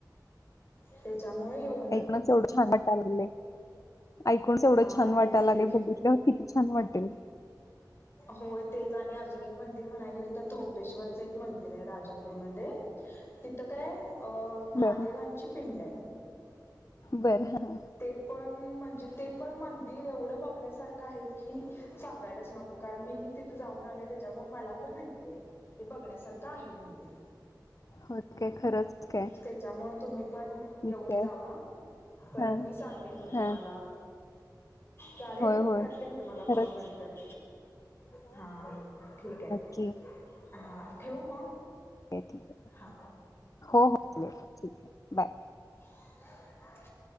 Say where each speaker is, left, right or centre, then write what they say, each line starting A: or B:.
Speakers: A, on the left; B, on the left.
A: तेच्यामुळ येव
B: ऐकूनच एवढं छान वाटा लागलय. ऐकूनच एवढं
A: हा
B: छान
A: तेच
B: वाटालालय,
A: की
B: बघितल्यावर किती छान वाटेल?
A: होय तेच आणि आजून एक मंदिर म्हणाय गेल तर धोपेश्वरच एक मंदिर आहे राजापूरमध्ये, तिथं काय अ महादेवांची
B: बरं
A: पिंड आहे.
B: बरं.
A: ते पण म्हणजे ते पण मंदिर एवढं बघण्यासारखं आहे की सांगायलाच नको कारण मी तिथ जाऊन आलोय तेच्यामुळ मला तर माहिती आहे, ते बघण्या सारख आहे मंदिर.
B: होय काय खरंच काय?
A: तेच्यामुळ तुम्ही पण
B: ठीक
A: येऊन
B: आहे.
A: जावा परत
B: हं
A: मी सांगेन म तुम्हाला
B: हं
A: चालेल
B: होय होय
A: करते मी तुम्हाला
B: खरंच.
A: कॉल नंतर हा ठीक आहे.
B: की
A: हा ठेवू म?
B: ठीक
A: हा.
B: हो हो चालेल ठीक आहे बाय.
A: <inaudible>